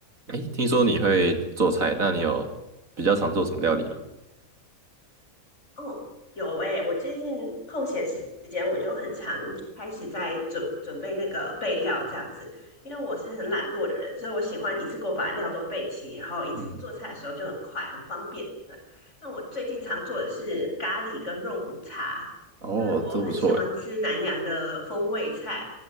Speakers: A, on the right; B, on the left.
A: 哎，听说你会做菜，那你有比较常做什么料理吗？
B: 哦，有诶，我最近空闲时间我就很常开始在准准备那个备料这样子，因为我是很懒惰的人，所以我喜欢一次过把料都备齐，然后一次做菜的时候就很快，
A: 嗯，
B: 很方便。对，那我最近常做的是咖喱跟肉骨茶，
A: 哦，
B: 因为我很喜欢吃南洋的风味菜，
A: 都不错诶。